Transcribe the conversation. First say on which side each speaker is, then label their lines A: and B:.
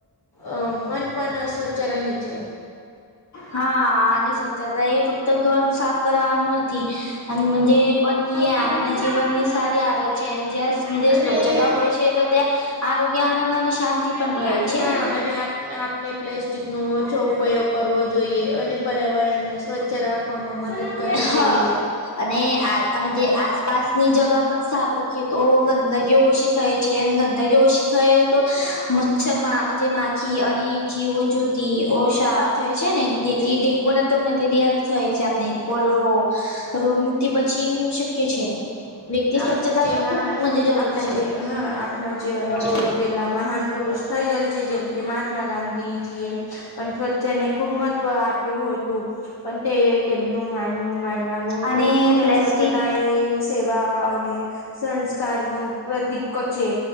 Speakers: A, on the left (about 60°); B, on the left (about 40°).
A: અ મન પણ સ્વચ્છ રાખે છે.
B: હા અને સ. છતા એ ફક્ત ઘર સાફ કરવાવાનું નથી અનેજે પણ
A: હ
B: એ. જીવન ની સારી આદત છે જ્યાંધ
A: અને
B: સ્વચ્છતા હોય છે. તો ત્યાં આરોગ્ય આનંદ અને શાંતિ. પણ રહે છે
A: હા
B: ને
A: અને આપને પ્લાસ્ટિક નો ઓછો ઉપયોગ કરવો જોઈએ અને પર્યાવરણને. સ્વચ્છ રાખવામાં મદદ કરવી
B: હા
A: જોઈએ.
B: અને આજ આસ પાસની જગા પણ સાફ રાખી તો ગંદગી ઓછી થાય છે અને ગંદગી ઓછી થઈ તો મચ્છર માં માખી અને જીવો જુતી ઓછાત થાય છે ને તેથી ડેન્ગુ ને તો મેલેરિયા બી થાય છે આપણે કોલરોો રોગ. તે બચીને શક્ય છે. વ્યક્તિ
A: આપણા
B: સ્વચ્છતા
A: જે
B: પણ
A: મહાન
B: ખૂબ જરૂરી
A: આપણા
B: છે.
A: જે હા આપણા જીવનમાં
B: જ
A: જે પેલા મહાન પુરુષ થઈ જલ છે જેમ કે મહાત્મા ગાંધીજીએમ પણ સ્વચ્છને ખુબ મહત્વ આપ્યું હતું પણ તે તેમનું માનવું માનવાનું
B: અને
A: હતું કે
B: પ્લાસ્ટિક
A: સ્વચ્છતા એ સેવા અને સંસ્કારનું પ્રતીિક છે.